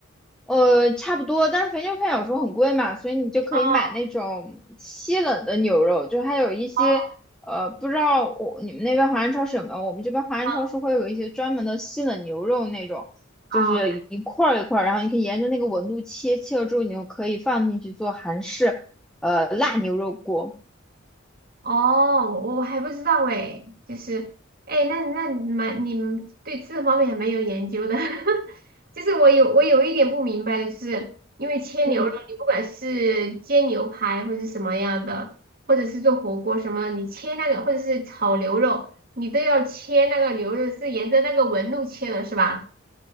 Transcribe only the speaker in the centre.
呃，差不多，但是肥牛饭有时候很贵嘛，所以你就可以买那种西冷的牛肉，
就还有一些呃，
不知道我你们那边华人超市有没有？我们这边华人超市会有一些专门的西冷牛肉那种，
就是一块儿一块儿，
然后你可以沿着那个纹路切，切了之后你就可以放进去做韩式呃辣牛肉锅。
嗯。